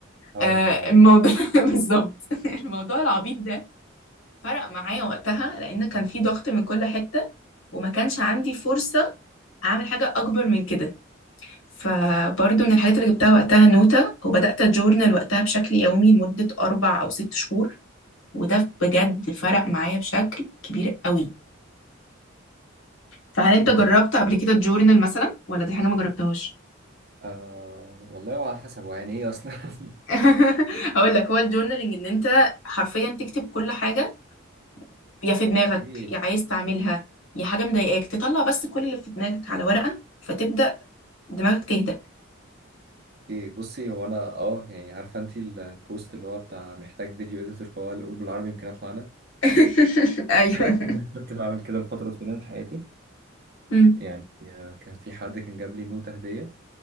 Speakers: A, on the right (about 50°); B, on the left (about 80°).
A: هوا
B: آه
A: بالنعناع
B: الموضوع <laughs> بالظبط الموضوع العبيط ده فرق معايا وقتها لان كان في ضغط من كل حته وما كانش عندي فرصه اعمل حاجه اكبر من كده فبرضه من الحاجات اللي جبتها وقتها نوتة وبدأت أجورنال وقتها بشكل يومي لمدة أربع أو ست شهور وده بجد فرق معايا بشكل كبير قوي فهل أنت
A: مم.
B: جربت قبل كده تجورنال مثلا ولا دي حاجة ما جربتهاش؟
A: آه والله وعلى حسب هو يعني ايه اصلا <laughs>
B: <laughs> هقول لك هو الجورنالينج ان انت حرفيا تكتب كل حاجه يا في دماغك
A: اوكي
B: يا عايز تعملها يا حاجه مضايقاك تطلع بس كل اللي في دماغك على ورقه فتبدا دماغك تهدى
A: إيه، بصي هو انا اه يعني عارفه انت ال- البوست اللي هو بتاع محتاج فيديو اديتور فهو اللي قول بالعربي يمكن اطلع انا
B: <laughs> ايوه
A: <laughs> انا كنت بعمل كده لفتره طويله من حياتي
B: مم.
A: يعني آه، كان في حد كان جاب لي نوتة هديه